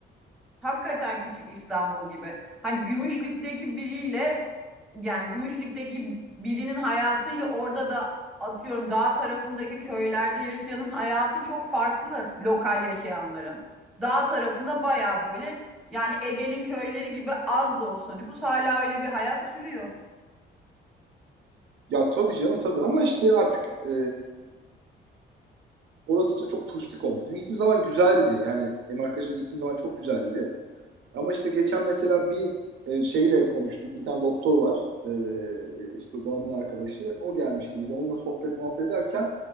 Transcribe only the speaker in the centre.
Hakikaten küçük İstanbul gibi. Hani Gümüşlük'teki biriyle yani Gümüşlük'teki birinin hayatıyla orada da atıyorum dağ tarafındaki köylerde yaşayanın hayatı çok farklı lokal yaşayanların. Dağ tarafında baya böyle yani Ege'nin köyleri gibi az da olsa nüfus hala öyle bir hayat sürüyor.